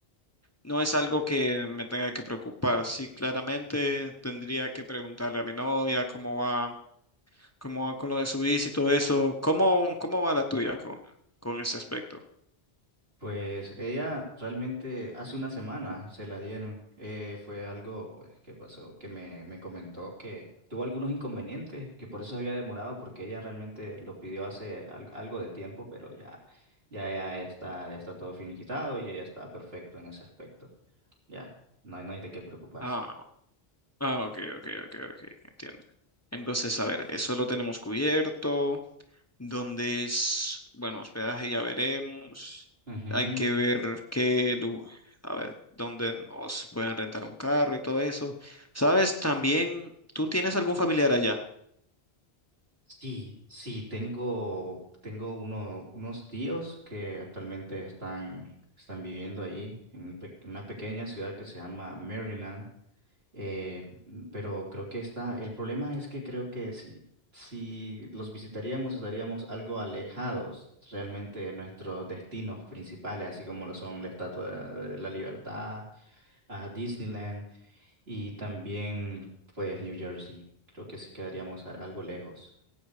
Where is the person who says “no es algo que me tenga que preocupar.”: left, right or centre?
Left